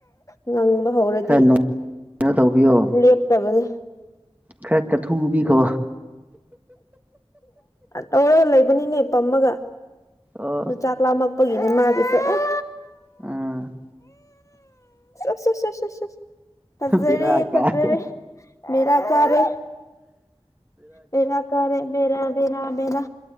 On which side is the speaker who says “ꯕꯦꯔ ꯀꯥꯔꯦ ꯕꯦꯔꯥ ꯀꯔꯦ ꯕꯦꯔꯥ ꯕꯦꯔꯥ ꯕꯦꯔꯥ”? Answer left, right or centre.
Left